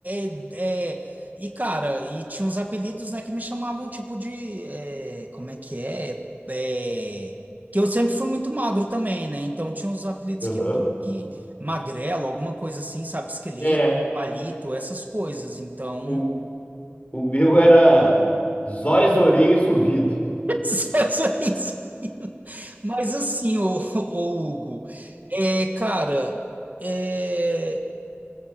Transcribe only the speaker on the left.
Aham.
É,
o, o meu era Zóis, Orelhas, Ouvido.